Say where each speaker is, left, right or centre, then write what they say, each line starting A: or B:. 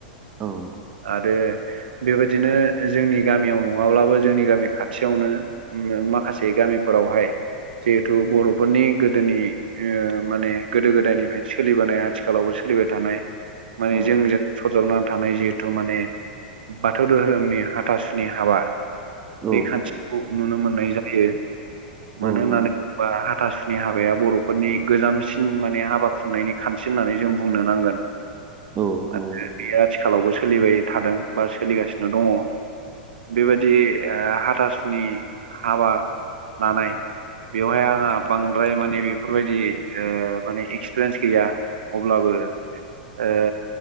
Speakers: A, on the right; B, on the right.
A: औ
B: आरो बेबायदिनो जोंनि गामियाव नङाब्लाबो जोंनि गामि खाथियावनो माखासे गामिफोरावहाय जिहेथु बर'फोरनि गोदोनि ओ माने गोदो गोदायनिफ्रायनो सोलिबोनाय आथिखालावबो सोलिबाय थानाय माने
A: औ
B: जोंजों सरजाबनानै थानाय जिहेथु माने बाथौ दोहोरोमनि हाथासुनि हाबा
A: औ
B: बे खान्थिखौ नुनो मोननाय जायो
A: औ
B: मानो होननानै
A: नंगौ
B: होनबा हाथासुनि हाबाया बर'फोरनि गोजामसिन माने हाबा खुंनायनि खान्थि होननानै जों बुंनो नांगोन
A: औ नंगौ
B: आरो बेयो आथिखालावबो सोलिबाय थादों बा सोलिगासिनो दङ बेबायदि ओ हाथासुनि हाबा लानाय बेवहाय आंहा बांद्राय माने बेफोरबायदि ओ माने एक्सपिरियेन्स गैया अब्लाबो ओ